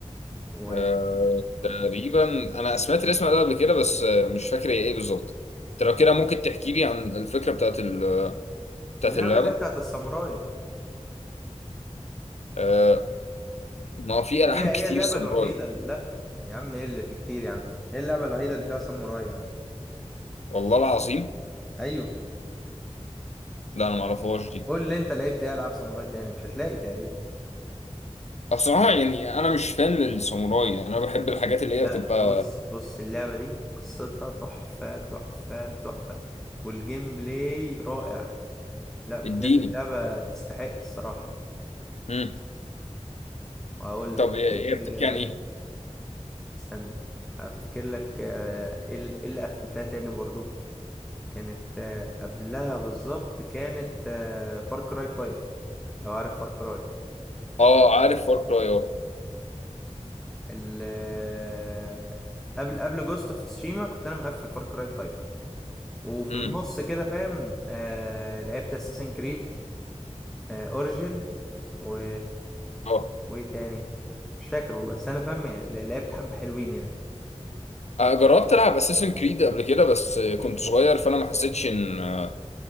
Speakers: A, in the centre; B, on the left.
A: واللعبه
B: آه، تقريبا انا سمعت الاسم ده قبل كده بس آه، مش فاكر هي ايه بالظبط انت لو كده ممكن تحكي لي عن الفكره بتاعت ال- بتاعت
A: اللي
B: اللعبه
A: هي بتاعت الساموراي
B: آه، ما في
A: هي
B: العاب
A: هي هي
B: <laughs> كتير
A: اللعبه
B: ساموراي
A: الوحيده اللي... لا يا عم ايه اللي في كتير يا عم هي اللعبه الوحيده اللي فيها ساموراي يا عم
B: والله العظيم
A: ايوه
B: لا انا ما اعرفهاش دي
A: قول لي انت لعبت ايه العاب ساموراي تاني مش هتلاقي تقريبا
B: بصراحه يعني انا مش فان للساموراي يعني انا بحب الحاجات اللي
A: لا
B: هي بتبقى
A: بص بص اللعبة دي قصتها تحفة تحفة تحفة والجيم بلاي رائع لا بجد
B: الديني
A: لعبة تستحق الصراحة
B: امم
A: وهقول
B: طب
A: لك
B: هي
A: ايه
B: هي بتحكي عن ايه
A: استنى افتكر لك آه، ايه ال- إيه اللي قفلتها تاني برضو كانت آه، قبلها بالظبط كانت فار كراي 5 لو عارف فار كراي
B: اه عارف فار كراي اه
A: ال آه، قبل قبل جوست اوف تسوشيما كنت انا مقفل فار كراي 5 وفي
B: امم
A: النص كده فاهم آه لعبت اساسن كريد اوريجن و
B: اه
A: وايه تاني مش فاكر والله بس انا فاهم ل- لعبت حبة حلوين يعني
B: أنا جربت العب اساسن كريد قبل كده بس كنت صغير فانا ما حسيتش ان آه،